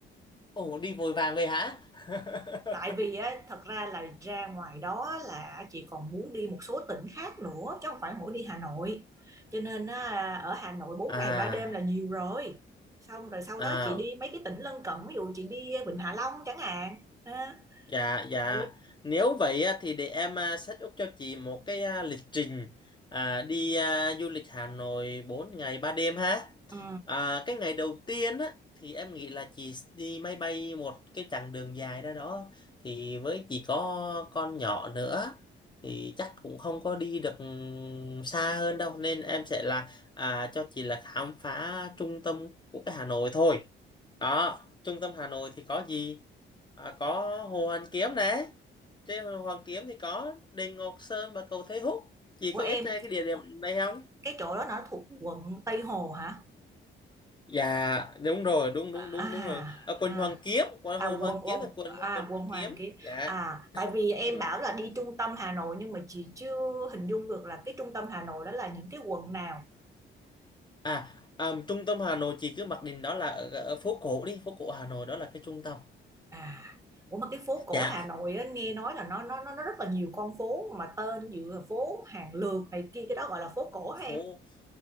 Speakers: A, on the left; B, on the right.
A: ồ đi vội vàng về hả <laughs>
B: tại vì á thật ra là ra ngoài đó là chị còn muốn đi một số tỉnh khác nữa chứ không phải mỗi đi Hà Nội cho nên á, ở Hà Nội bốn
A: à
B: ngày 3 đêm là nhiều rồi xong rồi sau
A: à
B: đó chị đi mấy cái tỉnh lân cận ví dụ chị đi Vịnh Hạ Long chẳng hạn ha
A: Dạ, dạ.
B: ừ.
A: Nếu vậy á, thì để em à, set up cho chị một cái à, lịch trình à, đi à, du lịch Hà Nội 4 ngày 3 đêm ha.
B: ừ.
A: À, cái ngày đầu tiên á, thì em nghĩ là chị đi máy bay một cái chặng đường dài ra đó. Thì với chị có con nhỏ nữa thì chắc cũng không có đi được ừ, xa hơn đâu. Nên em sẽ là à, cho chị là khám phá trung tâm của cái Hà Nội thôi. Đó, trung tâm Hà Nội thì có gì? À, có Hồ Hoàn Kiếm nè. Trên Hồ Hoàn Kiếm thì có đền Ngọc Sơn và cầu Thầy Húc. Chị
B: của
A: có
B: em
A: biết này cái địa điểm này không?
B: cái chỗ đó nó thuộc quận Tây Hồ hả
A: Dạ, đúng rồi, đúng đúng đúng
B: à
A: đúng rồi. Ở quận
B: à
A: Hoàn Kiếm, quận
B: à
A: Hồ Hoàn
B: quận quận
A: Kiếm là quận
B: à
A: quận
B: quận
A: Hoàn
B: Hoàn
A: Kiếm.
B: Kiếm
A: Dạ.
B: à tại vì em
A: đúng rồi.
B: bảo là đi trung tâm Hà Nội nhưng mà chị chưa hình dung được là cái trung tâm Hà Nội đó là những cái quận nào
A: À, à, trung tâm Hà Nội chị cứ mặc định đó là ở, ở phố cổ đi, phố cổ Hà Nội đó là cái trung tâm.
B: À, ủa mà cái phố cổ
A: Dạ,
B: Hà Nội á, nghe nói là nó nó nó nó rất là nhiều con phố mà tên giữa phố hàng lược này kia cái đó gọi là phố cổ hả
A: phố
B: em?